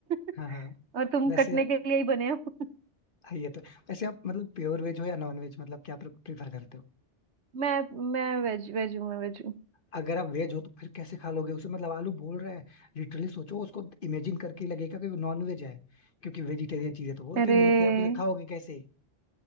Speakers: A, on the right; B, on the left.
A: <laughs>
B: हाँ हाँ
A: और तुम
B: वैसे
A: कटने के लिए ही बने हो <laughs>
B: हाँ, ये तो वैसे आप मतलब प्योर वेज हो या नॉन वेज मतलब क्या प्रीफर करते हो
A: मैं मैं वेज वेज हूँ मैं वेज हूँ
B: अगर आप वेज हो तो फिर कैसे खा लोगे उसे मतलब आलू बोल रहा है लिटरली सोचो उसको इमेजिन करके ही लगेगा कि वो नॉन वेज है क्योंकि वेजिटेरियन चीजें तो बोलती
A: अरे
B: नहीं है फिर आप उसे खाओगे कैसे